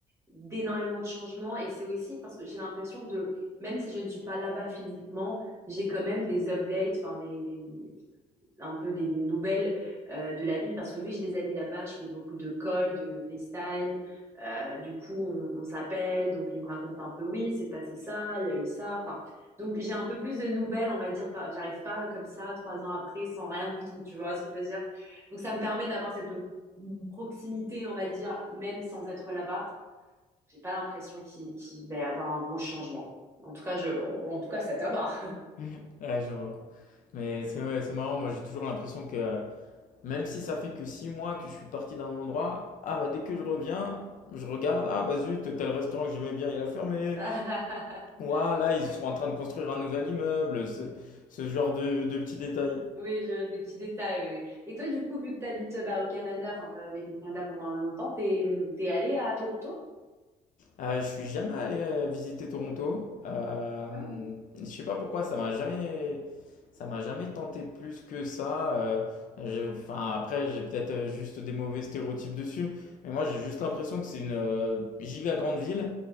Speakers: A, on the right; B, on the left.
A: d'énormément de changements et c'est aussi parce que j'ai l'impression de, même si je ne suis pas là-bas physiquement, j'ai quand même des updates, enfin des, des- un peu des, des nouvelles euh, de la ville parce que vu que j'ai des amis là-bas, je fais beaucoup de calls, de FaceTime. Euh, du coup, on, on s'appelle, donc ils me racontent un peu oui, c'est passé ça, il y a eu ça. Enfin, donc j'ai un peu plus de nouvelles, on va dire. par- J'arrive pas comme ça trois ans après sans rien du tout. Tu vois ce que je veux dire? Donc ça me permet d'avoir cette proximité, on va dire, même sans être là-bas. J'ai pas l'impression qu'il qu'il va y avoir un gros changement. En tout cas, je, en, en tout cas, c'est à voir.
B: <laughs> Ouais, je vois. Mais c'est ouais, c'est marrant, moi j'ai toujours l'impression que euh, même si ça fait que 6 mois que je suis parti d'un endroit, ah bah dès que je reviens, je regarde, ah bah zut, tel restaurant que j'aimais bien, il a fermé,
A: <laughs>
B: Ouah, là, ils
A: Ouais.
B: sont en train de construire un nouvel immeuble, ce, ce genre de, de petits détails.
A: Oui, je, des petits détails, oui, oui. Et toi, du coup, vu que tu habites bah, au Canada, enfin, tu as vécu au Canada pendant longtemps, t'es, t'es allé à Toronto?
B: Euh, je suis jamais allé euh, visiter Toronto. Euh,
A: Ah,
B: je sais pas pourquoi ça m'a jamais ça m'a jamais tenté plus que ça. Euh, je- enfin après j'ai peut-être euh, juste des mauvais stéréotypes dessus, mais moi j'ai juste l'impression que c'est une euh, giga grande ville,